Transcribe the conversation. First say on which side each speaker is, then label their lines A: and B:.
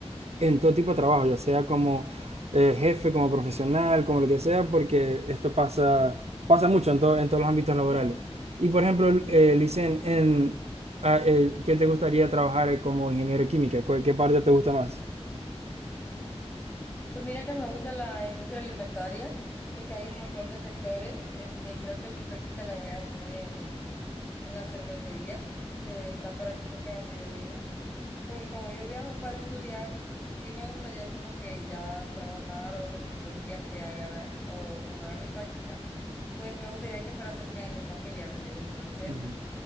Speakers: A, on the right (about 70°); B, on the left (about 15°).
A: en todo tipo de trabajo, ya sea como eh, jefe, como profesional, como lo que sea, porque esto pasa, pasa mucho en, to- en todos los ámbitos laborales. Y por ejemplo, eh, Licen, en, ah, eh, ¿qué te gustaría trabajar eh, como ingeniero de química? ¿Cuál- ¿Qué parte te gusta más?
B: Pues mira que me gusta la industria alimentaria porque hay un montón de sectores. Este, creo que mi práctica la voy a hacer en, en la cervecería que está por aquí cerca donde yo vivo. Porque como yo viajo para estudiar, sí me gustaría como que ya trabajar o los primeros días que haga, la- o cuando haga mi práctica, pues me gustaría que fuera cerca de mi familia, ¿me entiendes? Entonces,
A: Ujú.